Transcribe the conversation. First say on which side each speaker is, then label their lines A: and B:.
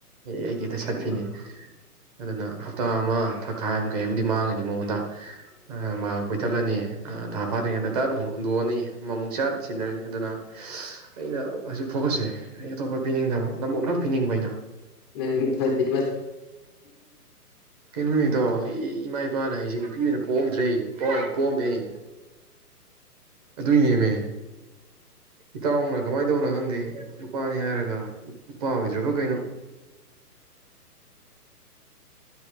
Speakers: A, on the right (about 25°); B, on the left (about 15°).
A: ꯑꯩ ꯑꯩ ꯍꯦꯛꯇ ꯁꯠꯈꯤꯅꯤ
B: ꯎꯝ
A: ꯑꯗꯨꯅ ꯍꯞꯇꯥ ꯑꯃ ꯈꯥꯏ ꯑꯃ ꯀꯩ ꯑꯃꯗꯤꯗꯤ ꯃꯥꯡꯉꯅꯤ ꯃꯉꯣꯟꯗ ꯃꯥ ꯀꯣꯏꯇꯥꯂꯥꯅꯤ ꯊꯥ ꯐꯥꯗ꯭ꯔꯤꯉꯩꯗ ꯇꯔꯥꯛ ꯍꯨꯝ ꯍꯨꯟꯗꯣꯛꯑꯅꯤ ꯃꯃꯨꯡ ꯆꯥꯠ ꯁꯤꯟꯅꯅꯤ ꯑꯗꯨꯅ ꯑꯩꯅ ꯑꯁꯤ ꯐꯣꯀꯁꯁꯦ ꯑꯩ ꯑꯇꯣꯞꯄ ꯄꯤꯅꯤꯡꯗꯕ ꯅꯣ ꯄꯤꯅꯤꯡꯕꯩꯅ
B: ꯅꯪ ꯐꯦ ꯃꯦ
A: ꯀꯦꯟꯃꯅꯤ ꯇꯣ ꯏ ꯏꯃꯥꯏ ꯅꯨꯄꯥꯅ ꯑꯩꯁꯦ ꯅꯨꯄꯤ ꯑꯣꯏꯅ ꯄꯣꯝꯗ꯭ꯔꯦ ꯄꯣꯝꯃꯦ ꯑꯩ ꯑꯗꯨꯏ ꯅꯦꯝꯃꯦ ꯏꯇꯥꯎꯅ ꯀꯃꯥꯏꯅ ꯇꯧꯅꯣ ꯈꯪꯗꯦ ꯅꯨꯄꯥꯅꯤ ꯍꯥꯏꯔꯒ ꯅꯨꯄꯥ ꯑꯣꯏꯗ꯭ꯔꯕ ꯀꯩꯅꯣ